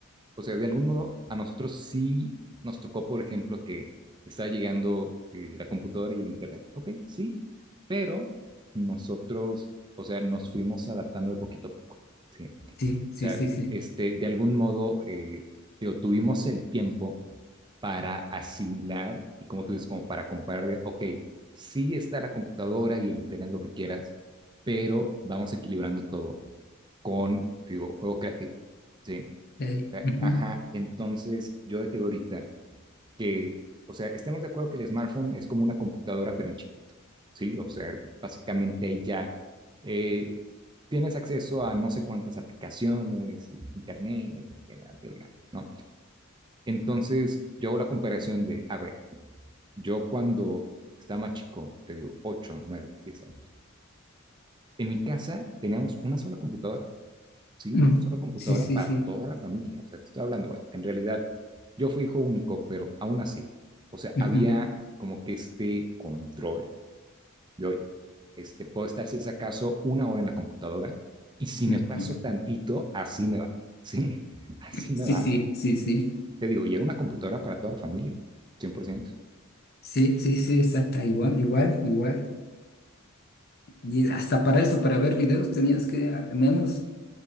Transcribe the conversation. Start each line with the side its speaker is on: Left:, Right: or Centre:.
Right: o sea, de algún modo a nosotros sí nos tocó, por ejemplo, que está llegando eh, la computadora y el internet. Ok, sí, pero nosotros, o sea, nos fuimos adaptando de poquito a poco. Sí.
Left: Sí, sí,
Right: O sea,
Left: sí, sí.
Right: este, de algún modo, eh, digo, tuvimos el tiempo para asimilar y como tú dices, como para comparar de, ok, sí está la computadora y el internet, lo que quieras, pero vamos equilibrando todo con, digo, juego creativo, ¿sí?
Left: Ey,
Right: O sea,
Left: ujú,
Right: Ajá, entonces yo de que veo ahorita que, o sea, estemos de acuerdo que el smartphone es como una computadora, pero en chiquito, ¿sí? O sea, básicamente ahí ya eh, tienes acceso a no sé cuántas aplicaciones, internet, bla, bla, bla, ¿no? Entonces, yo hago la comparación de, a ver, yo cuando estaba más chico, te digo, 8 9 10 años, en mi casa teníamos una sola computadora ¿sí?
Left: mm,
Right: Una sola computadora
Left: Sí, sí,
Right: para
Left: sí.
Right: toda la familia. O sea, te estoy hablando, bueno, que en realidad yo fui hijo único, pero aún así, o sea,
Left: ujú,
Right: había como que este control de, oye, este, puedo estar si es acaso una hora en la computadora y si
Left: ujú.
Right: me paso tantito, así me va, <laughs> ¿sí? Así
Left: Sí,
Right: me va.
Left: sí, sí, sí.
Right: Te digo, y era una computadora para toda la familia, 100%.
Left: Sí, sí, sí, exacta, igual, igual, igual. Y hasta para eso, para ver videos, tenías que al menos